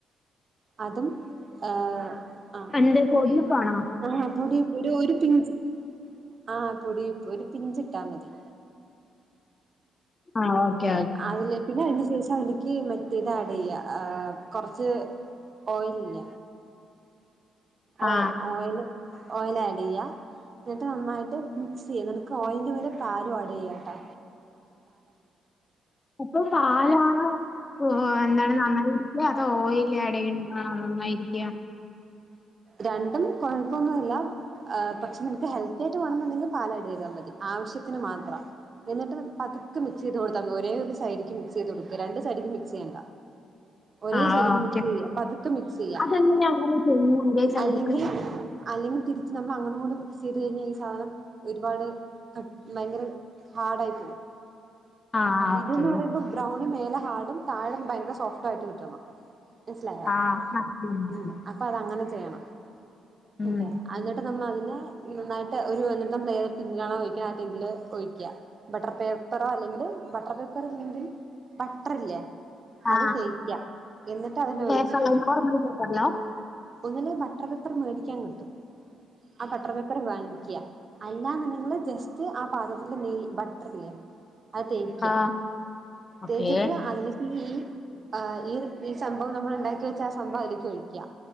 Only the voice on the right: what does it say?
അതും ആ ആ
പൊടിപ്പ പിഞ്ച് ആ പൊടിപ്പ് ഒരു പിഞ്ച ഇട്ടാ മതി
അതില് പിന്നെ അതിന് ശേഷം എനിക്ക് മറ്റേ ഇത് ആഡ് യ്യ കൊറച്ച് ഓയിൽ ഇല്ല ഓയിൽ
ഓയില് ഓയിലായി യാ ന്നിട്ട് നന്നായിട്ട് മിക്സ് ചെയ്യാം നമുക്ക് ഓയിൽന് പകരം പാല് വാ ചെയ്യാ ട്ടാ
രണ്ടും കൊഴപ്പൊന്നുല്ല പക്ഷെ നിങ്ങക്ക് ഹെൽത്തി ആയിട്ട് വാണന്നുണ്ടെങ്കിൽ പാൽ ആഡ് യ്താൽ മതി ആവശ്യത്തിന് മാത്രം, എന്നിട്ട് പതുക്കെ മിക്സ് ചെയ്ത് കൊടുത്താൽ ഒരേ ഒരു സൈഡക്ക് മിക്സ് <unintelligible> രണ്ട് മിക്സ് യ്യണ്ട ഒരേ
സൈഡ്ക്ക്
മിക്സ് ചെയ്യ പതുക്കെ മിക്സ് ചെയ്യ
അല്ലെങ്കി അല്ലെങ്കി തിരിച്ച് നമ്മൾ അങ്ങട്ടും ഇങ്ങട്ടും മിക്സ് ചെയ്ത് കഴിഞ്ഞാ ഈ സാധനം ഒരുപാട് ക ഭയങ്കര ഹാർഡ ആയി പോകും
ഇതന്ന് പറയുമ്പോ ബ്രൗണി മേല പാടും താഴം ഭയങ്കര സോഫ്റ്റ് ആയിട്ട് കിട്ടണം മനസ്സിലായോ
ഉം അപ്പ അതങ്ങനെ വേണം
അതെ അന്നിട്ട് നമ്മൾ അതിനെ നന്നായിട്ട് ഒരു എന്നിട്ട് <unintelligible> ട്ട അതില് ഒഴിക്ക ബട്ടർ പേപ്പറോ അല്ലെങ്കിൽ ബട്ടർ പേപ്പർ ഇല്ലെങ്കിൽ ബട്ടർ ഇല്ലേ
അത് തേക്കാം എന്നിട്ട് അതിന
ഒഴിച്ചിട്ട്
ഒന്നില് ബട്ടർ പെപ്പർ മേടിക്ക ക്കാൻ കിട്ടും ആ ബട്ടർ പേപ്പറ് വാങ്ങിക്ക അല്ലാന്ന് നിൾ ജസ്റ്റ് പാകത്തില് നെയ് ബട്ടർ ല്ലേ അത് തേക്ക
തേച്ചിട്ട് അതിലക്ക് ഈ ആ ഈ ഈ സംഭവം നമ്മൾ ഉണ്ടാക്കി വെച്ചാ ആ സംഭവം അയിൽക്ക് ഒഴിക്ക